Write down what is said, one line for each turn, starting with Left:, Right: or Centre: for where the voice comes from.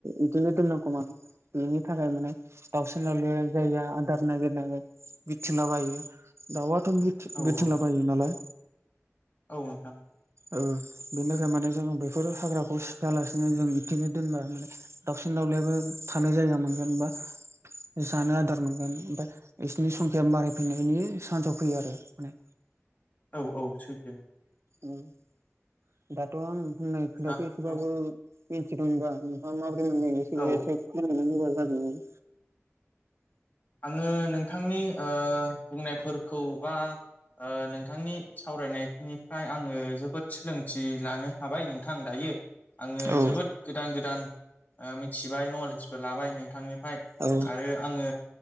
Right: इदिनो दोननांगौ माने बेनि थाखाय माने दाउसिन दावलायानो जायगा आदार नागिर नागिर बिरथिंला बायो दाउआ एथम बिरथिं
Left: औ
Right: बिरथिंला
Left: औ
Right: बायो नालाय
Left: औ नोंथां।
Right: ओ बेनि थाखाय माने जोङो बेफोर हाग्राखौ सिफायालासिनो जों बिदिनो दोनब्ला माने दाव सिन दावलायाबो थानो जायगा मोनगोन बा जानो आदार मोनगोन ओमफाय इसिनि संखिया बारायफैनायनि सान्साव फैयो आरो माने।
Left: औ औ सैथो।
Right: उम दाथ' आं बुंनाय खोथाखौ
Left: दा
Right: एसेबाबो
Left: औ
Right: मिथिगौमोनबा नोंथांङा माबोरै। <unintelligible>
Left: औ
Right: होनबा जागौमोन।
Left: आंङो नोंथांनि ओ बुंनायफोरखौ बा ओ नोंथांनि सावरायनायनिफ्राय आंङो जोबोद सोलोंथि लानो हाबाय नोंथां दायो। आंङो
Right: औ
Left: जोबोद गोदान गोदान ओ मिथिबाय नलेजबो लाबाय नोंथांनि फाय
Right: औ
Left: आरो आंङो